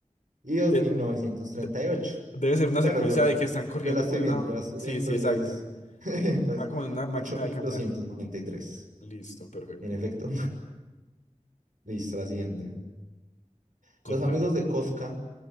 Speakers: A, on the right; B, on the left.
A: dos
B: Eh,
A: y y mil novecientos treinta
B: de-
A: y ocho.
B: Debe ser una
A: Claro,
B: secuencia
A: yo,
B: de que están corriendo
A: yo la estoy
B: como en
A: viendo,
B: una...
A: yo la estoy
B: Sí,
A: viendo
B: sí, exacto.
A: y es <laughs> pues,
B: Van como en una máquina
A: ocho mil
B: de caminar.
A: doscientos noventa y tres.
B: Listo, perfecto.
A: En efecto. <laughs> Listo, la siguiente.
B: Contame.
A: Los amigos de Cosca